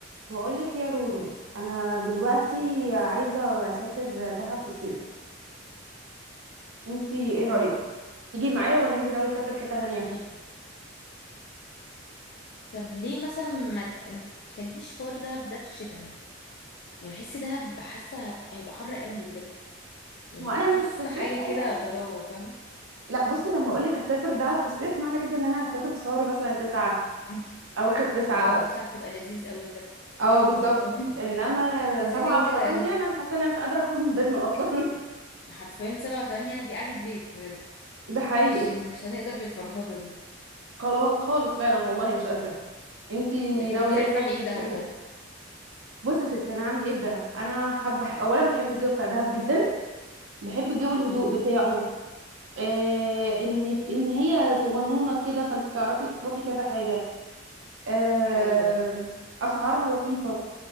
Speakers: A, on the right; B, on the left.
A: بقولك يا رورو انا دلوقتي
B: قولي لي يا حبيبتي
A: عايزه اسافر دهب في الصيف انتي ايه رايك
B: اه قولي
A: تيجي معايا
B: طب
A: ولا انت ناويه تسافري في حته تانية
B: حلو طب ليه مثلا ما ت... ما تخليش حوار دهب ده في الشتاء مثلا يعني بحس دهب حاسه هب- هيبقى حر قوي بجد يعني
A: هو انا
B: نشوف
A: مش في الصيف
B: حاجه
A: قوي
B: كده
A: قوي
B: طراوه فاهمه
A: لا بصي لما اقولك هسافر دهب في الصيف معنى كده ان انا هسافر في شهر مثلا تسعة
B: <laughs>
A: او اخد تسعة
B: اه دي ساعه بتبقى لذيذ قوي بجد
A: اه
B: يلا
A: بالظبط
B: والله
A: انما
B: <laughs> اذا
A: سبعة
B: كان كده
A: وثمانية
B: يلا
A: انا حاسه ان انا مش قادره اخرج من بيتنا اصلا
B: حرفيا سبعة وتمانية دي قعدة بيت بجد
A: <laughs> ده حقيقي
B: مش مش هنقدر للفرهدة دي
A: خلاص خالص فعلا والله مش قادره انتي
B: بجد. طب
A: ناويه
B: انت
A: تسافري
B: عايز تعمل ايه في دهب
A: فين
B: طيب
A: بصي يا ستي انا هعمل ايه في دهب انا حابه اولا بحب الجو بتاع دهب جدا بحب جو
B: اه
A: الهدوء بتاعه آه ان ف- ان هي صغنونه كده فانت تعرفي تروحي كذا حاجه آه
B: ايوه
A: اسعارها لطيفه